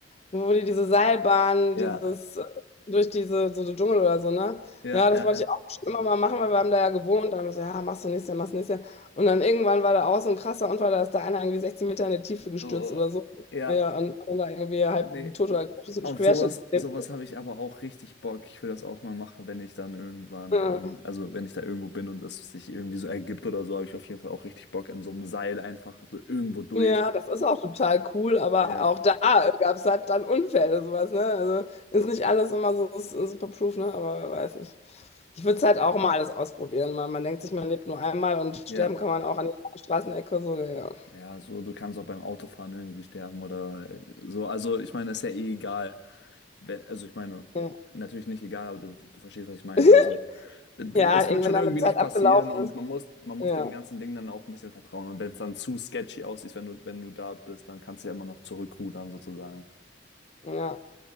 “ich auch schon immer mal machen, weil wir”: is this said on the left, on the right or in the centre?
Left